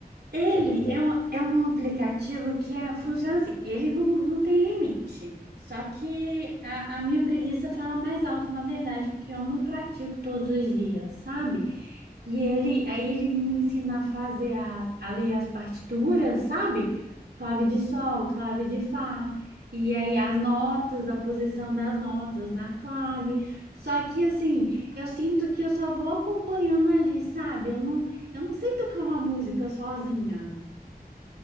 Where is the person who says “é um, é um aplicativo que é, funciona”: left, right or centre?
Right